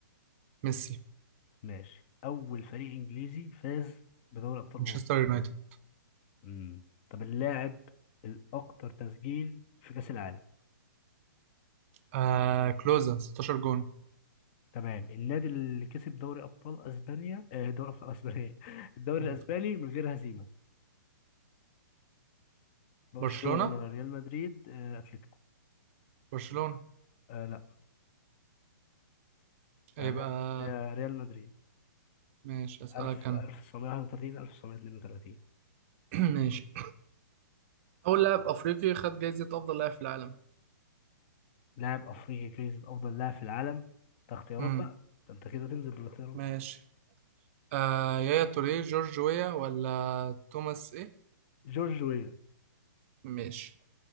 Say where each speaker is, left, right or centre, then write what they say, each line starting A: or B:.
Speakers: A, on the right (about 40°); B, on the left (about 35°).
A: ميسي
B: ماشي أول فريق إنجليزي فاز بدوري أبطال
A: مانشستر
B: أوروبا
A: يونايتد
B: مم. طب اللاعب الأكثر تسجيل في كأس العالم
A: آه كلوزا 16 جون
B: تمام النادي اللي كسب دوري أبطال أسبانيا آه، دوري أبطال أسبانيا <laughs> إيه؟ الدوري
A: مم.
B: الأسباني من غير هزيمة برشلونة
A: برشلونه
B: ريال مدريد آه، أتلتيكو
A: برشلونه
B: آه لا
A: يبقى
B: آه، ريال ريال مدريد
A: ماشي اسالك
B: 1000
A: انا
B: 1931 1932
A: <clears throat> ماشي اول لاعب افريقي خد جايزه افضل لاعب في العالم
B: لاعب أفريقي جايزة أفضل لاعب في العالم ده اختيارات
A: امم
B: بقى ده أنت كده تنزل بالاختيارات
A: ماشي آه يايا توريه جورج ويا ولا توماس ايه
B: جورج ويا
A: ماشي